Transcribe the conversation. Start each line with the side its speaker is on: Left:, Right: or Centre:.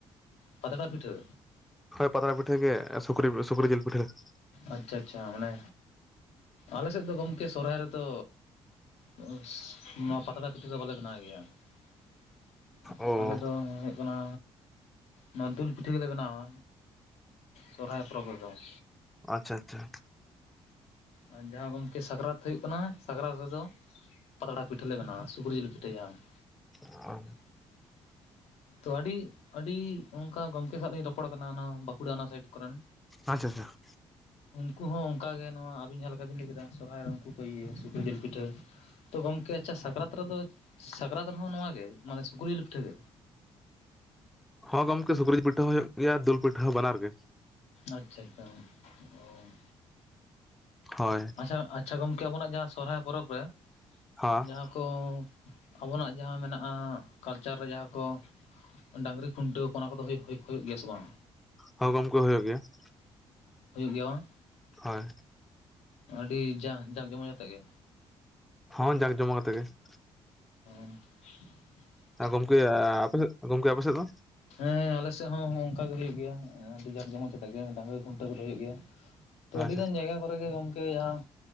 Left: ᱯᱟᱛᱲᱟ ᱯᱤᱴᱷᱟᱹ?
Centre: ᱦᱳᱭ, ᱯᱟᱛᱲᱟ ᱯᱤᱴᱷᱟᱹ ᱜᱮ ᱟᱨ ᱥᱩᱠᱨᱤ ᱥᱩᱠᱨᱤ ᱡᱤᱞ ᱯᱤᱴᱷᱟᱹ ᱾
Left: ᱟᱪᱪᱷᱟ ᱟᱪᱪᱷᱟ, ᱢᱟᱱᱮ ᱟᱞᱮ ᱥᱮᱫ ᱫᱚ ᱜᱚᱝᱠᱮ ᱥᱚᱨᱚᱦᱟᱭ ᱨᱮᱫᱚ <unintelligible> ᱱᱚᱣᱟ ᱯᱟᱛᱲᱟ ᱯᱤᱴᱷᱟᱹ ᱫᱚ ᱵᱟᱞᱮ ᱵᱮᱱᱟᱣ ᱜᱮᱭᱟ ᱾
Centre: ᱚ
Left: ᱟᱞᱮ ᱫᱚ ᱦᱩᱭᱩᱜ ᱠᱟᱱᱟ ᱱᱚᱣᱟ ᱫᱩᱞ ᱯᱤᱴᱷᱟᱹ ᱜᱮᱞᱮ ᱵᱮᱱᱟᱣᱟ ᱥᱚᱦᱨᱟᱭ ᱯᱚᱨᱚᱵᱽ ᱨᱮᱫᱚ ᱾
Centre: ᱟᱪᱪᱷᱟ ᱟᱪᱪᱷᱟ ᱾
Left: ᱟᱨ ᱡᱟᱦᱟᱸ ᱜᱚᱢᱠᱮ ᱥᱟᱠᱨᱟᱛ ᱦᱩᱭᱩᱜ ᱠᱟᱱᱟ, ᱥᱟᱠᱨᱟᱛ ᱨᱮᱫᱚ ᱯᱟᱛᱲᱟ ᱯᱤᱴᱟᱹ ᱞᱮ ᱵᱮᱱᱟᱣᱟ, ᱥᱩᱠᱨᱤᱡᱤᱞ ᱯᱤᱴᱷᱟᱹ ᱡᱟᱦᱟ ᱾
Centre: ᱚ᱾
Left: <inaudible> ᱛᱚ ᱟᱹᱰᱤ ᱟᱹᱰᱤ ᱚᱱᱠᱟ ᱜᱚᱝᱠᱮ ᱥᱟᱜ ᱞᱤᱧ ᱨᱚᱯᱚᱲ ᱠᱟᱱᱟ ᱚᱱᱟ ᱵᱟᱸᱠᱩᱲᱟ ᱚᱱᱟ ᱥᱟᱭᱤᱰ ᱠᱚᱨᱮᱱ‌᱾
Centre: ᱟᱪᱪᱷᱟ ᱟᱪᱪᱷᱟ ᱾
Left: ᱩᱱᱠᱩ ᱦᱚᱸ ᱚᱱᱠᱟᱜᱮ ᱱᱚᱣᱟ ᱟᱹᱵᱤᱱ ᱡᱟᱦᱟᱸ ᱞᱮᱠᱟ ᱵᱤᱱ ᱞᱟᱹᱭ ᱠᱮᱫᱟ ᱥᱚᱨᱦᱟᱭ ᱨᱮ ᱩᱱᱠᱩ ᱦᱚᱸᱠᱚ ᱤᱭᱟᱹᱭᱟ ᱥᱩᱠᱨᱤ ᱡᱤᱞ ᱯᱤᱴᱷᱟᱹ ᱾ ᱛᱚ ᱜᱚᱝᱠᱮ ᱟᱪᱪᱷᱟ ᱥᱟᱠᱨᱟᱛ ᱨᱮᱫᱚ ᱥᱟᱠᱨᱟᱛ ᱨᱮᱦᱚᱸ ᱱᱚᱣᱟ ᱜᱮ ᱢᱟᱱᱮ ᱥᱩᱠᱨᱤᱡᱤᱞ ᱯᱤᱴᱷᱟᱹ ᱜᱮ?
Centre: ᱦᱚᱸ ᱜᱚᱝᱠᱮ ᱥᱩᱠᱨᱤ ᱡᱤᱞ ᱯᱤᱴᱷᱟᱹ ᱦᱚᱸ ᱦᱩᱭᱩᱜ ᱜᱮᱭᱟ ᱫᱩᱞ ᱯᱤᱴᱷᱟᱹ ᱦᱚᱸ ᱵᱟᱱᱟᱨ ᱜᱮ ᱾
Left: ᱟᱪᱪᱷᱟ ᱟᱪᱪᱷᱟ, ᱚ ᱾
Centre: ᱦᱚᱭ ᱾
Left: ᱟᱪᱪᱷᱟ ᱟᱪᱪᱷᱟ ᱜᱚᱢᱠᱮ ᱟᱵᱚᱱᱟᱜ ᱡᱟᱦᱟᱸ ᱥᱚᱨᱦᱟᱭ ᱯᱚᱨᱚᱵᱽ ᱨᱮ
Centre: ᱦᱚᱸ
Left: ᱡᱟᱦᱟᱸ ᱠᱚ ᱟᱵᱚᱱᱟᱜ ᱡᱟᱦᱟᱸ ᱢᱮᱱᱟᱜᱼᱟ, ᱠᱟᱞᱪᱟᱨ ᱨᱮ ᱡᱟᱦᱟᱸ ᱠᱚ ᱾ ᱰᱟᱹᱟᱝᱨᱤ ᱠᱷᱩᱱᱴᱟᱹᱣ ᱚᱱᱟ ᱠᱚᱫᱚ ᱦᱩᱭᱩᱜ ᱦᱩᱭᱩᱜ ᱜᱮᱭᱟ ᱥᱮ ᱵᱟᱝ?
Centre: ᱦᱳᱭ ᱜᱚᱝᱠᱮ ᱦᱩᱭᱩᱜ ᱜᱮᱭᱟ ᱾
Left: ᱦᱩᱭᱩᱜ ᱜᱮᱭᱟ ᱵᱟᱝ?
Centre: ᱦᱳᱭ ᱾
Left: ᱟᱹᱰᱤ ᱡᱟᱠ ᱡᱟᱠ ᱡᱚᱢᱚᱡ ᱟᱛᱮᱜ ᱜᱮ?
Centre: ᱦᱚᱸ, ᱡᱟᱠ ᱡᱚᱢᱚᱠ ᱟᱛᱮᱜ ᱜᱮ ᱾
Left: <unintelligible>
Centre: ᱦᱮᱸ ᱜᱚᱝᱠᱮ, ᱟᱯᱮᱥᱮᱫ ᱜᱚᱝᱠᱮ ᱟᱯᱮ ᱥᱮᱫ ᱫᱚ?
Left: ᱦᱮᱸ ᱟᱞᱮ ᱥᱮᱫ ᱦᱚᱸ ᱚᱝᱠᱟ ᱜᱮ ᱦᱩᱭᱩᱜ ᱜᱮᱭᱟ ᱟᱹᱰᱤ ᱡᱟᱠ ᱡᱚᱢᱚᱡᱽ ᱠᱟᱛᱮᱜ ᱜᱮ ᱰᱟᱝᱨᱤ ᱠᱷᱩᱱᱴᱟᱹ ᱠᱚ ᱫᱚ ᱦᱩᱭᱩᱜ ᱜᱮᱭᱟ ᱾ ᱛᱚ ᱟᱹᱰᱤ
Centre: ᱟᱪᱪᱷᱟ
Left: ᱜᱟᱱ ᱡᱟᱭᱜᱟ ᱠᱚᱨᱮᱜ ᱜᱮ ᱜᱚᱝᱠᱮ ᱡᱟᱦᱟᱸ